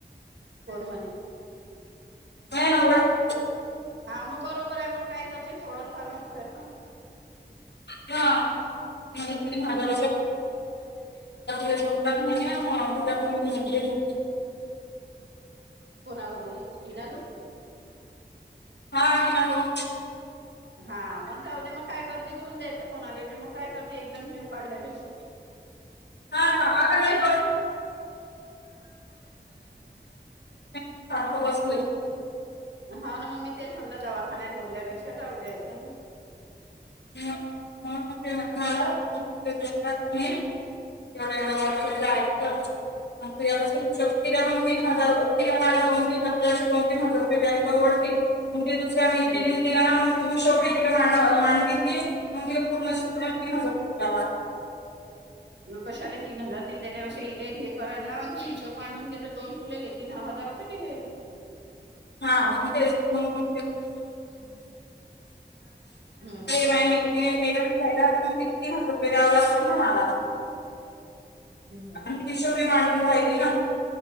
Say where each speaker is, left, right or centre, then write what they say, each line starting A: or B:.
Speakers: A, on the right; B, on the left.
A: <inaudible> म्हणे
B: हा होड
A: हा मग बरोबर हाय मग काय करशील थोडंफार मग <inaudible>
B: हा म्हणून तीन हजार रुपये <unintelligible>
A: कोणाकडून तीन हजार रुपये
B: हा <unintelligible>
A: हा मग जाऊ दे मग काय करते देऊन द्यायचं कोणाला बी मग काय करते एकदम जीव काढण्यापेक्षा
B: हा हा अगर <unintelligible> <unintelligible> बसलोय
A: हा ना मग मी तेच म्हणलं दवाखान्यात भरल्यापेक्षा जाऊ द्यायचं
B: <unintelligible> <unintelligible> तर तीन हजार रुपये दोन तीन सत्तर दो तीन हजार रुपये बँक परवडतील मग ती दुसऱ्या मैत्रीणीला
A: हम्म
B: ती शॉपिंग मांड मांडतील ती पण तीन हजार रुपये
A: कशाले तीन हजार दि दिल्या कशा हिले हे करायला लाव आणि ते हिशेब मांडुन घेत दोन तुला हे हजार रुपये दिलेे होते
B: हा तेच <inaudible> आता
A: हम्म
B: मॅडम खायायला म्हणून तीन हजार रुपये द्यावे लागतील मला
A: हम्म
B: आणि हिशोबी मांडून राहिली ना